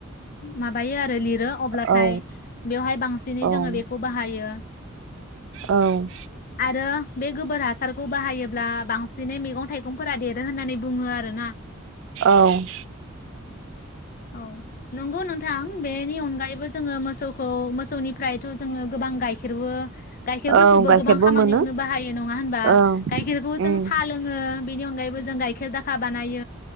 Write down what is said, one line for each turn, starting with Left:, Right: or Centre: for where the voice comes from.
Left: माबायो आ सो लिरो अब्लाथाय
Right: औ
Left: बेयावहाय बांसिनै
Right: औ
Left: बेखौ बाहायो
Right: औ
Left: आरो बे गोबोरा हासारखौ बाहायोब्ला बांसिनै मैगं थाइगंफोरा देरो होननानै बुङो आरोना।
Right: औ।
Left: औ नंगौ। थां बेनि अनगायैबो जो मो। मोसौखौ मोसौनिफ्रायथ' जोङो गोबां गाइखेरबो। गायखेरफोरखौबो
Right: औ गाइखेरबो
Left: गोबां खामानियावनो
Right: मोनो
Left: बाहायो नङा होनबा
Right: ओं
Left: गाइखेरखौ
Right: उम
Left: जों साहा लोङो । बेनि अनायैबो जों गाय। गेर दाखा बानाय।